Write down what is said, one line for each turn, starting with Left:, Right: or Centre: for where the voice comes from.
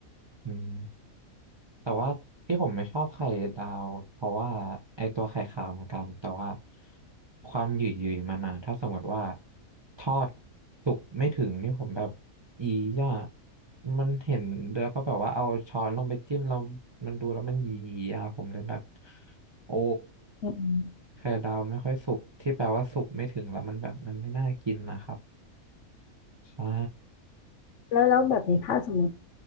Right: อืม แต่ว่าที่ผมไม่ชอบไข่ดาวเพราะว่าไอตัวไข่ขาวเหมือนกันแต่ว่าความหยืดๆมันอะถ้าสมมติว่าทอดสุกไม่ถึงนี่ผมแบบอีย่ามันเห็นแล้วก็แบบว่าเอาช้อนลงไปจิ้มเรามันดูแล้วมันหยีๆอะผมเลยแบบโอ้
Left: อืม
Right: ไข่ดาวไม่ค่อยสุกที่แปลว่าสุกไม่ถึงแล้วมันแบบมันไม่น่ากินนะครับใช่
Left: แล้วแล้วแบบนี้ถ้าสมมติ